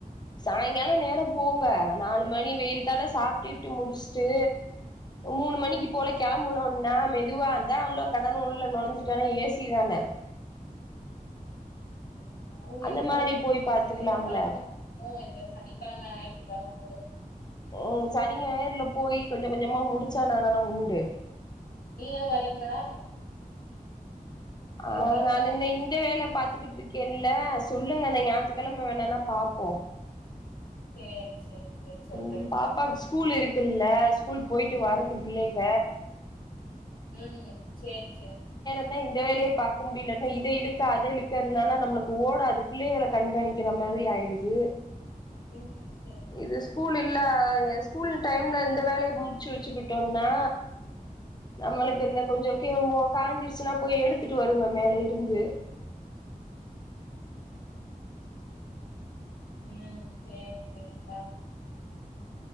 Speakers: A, on the left; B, on the left.
A: சாயங்காலம் நேரம் போங்க நாலு மணி வெயிய் தாழ சாப்டிட்டு முடிச்சுட்டு மூணு மணிக்கு போல கிளம்புனோம்னா மெதுவாதா உள்ளோ கடன் உள்ள நுழஞ்சிட்டோனா ஏ சி தானே
B: இருந்தாலு வெயில்
A: அந்த மாரி
B: அடிக்குது
A: போய் பாத்துக்கலாம்ல
B: சேரி பாப்போம் போவோ இந்த சனிக்கிழம ஞாயித்திக்கிழம
A: ம் சனி ஞாயர்ல போயி கொஞ்சோ கொஞ்சமா முடிச்சா நா தானே உண்டு
B: நீங்களும் வரீங்களா போயிட்டு
A: ஆ
B: வருவோம்
A: நான் இந்த இந்த வேல பாத்து பாத்துக்கிட்டு இருக்கேன்ல சொல்லுங்க இந்த ஞாயித்துக்கெழம வேனுன்னா பாப்போ
B: சேரி சேரி சேரி சொல்றேன்
A: ம் பாப்பாக்கு
B: நான்
A: ஸ்கூல் இருக்குல்ல ஸ்கூல் போயிட்டு வரட்டும் பிள்ளைக
B: ம் சேரி சேரி
A: என்னா இந்த வேலைய பாக்கா முடியலன்ன இத இழுக்க அத இழுக்க இருந்தாலா நம்மளுக்கு ஓடாது பிள்ளைகள கண்காணிக்கிற மாரி மாதி ஆயிடுது
B: ம் சேரி சேரி
A: இது ஸ்கூல் இல்ல ஸ்கூல் டைம்ல இந்த வேலைய முடிச்சி வெச்சுக்கிட்டோனா நம்மளுக்கு
B: ம்
A: இந்த கொஞ்சோ கே மோ காஞ்சிருச்சினா போய் எடுத்துட்டு வருங்க மேல இருந்து
B: ம் சேரி சேரி பாப்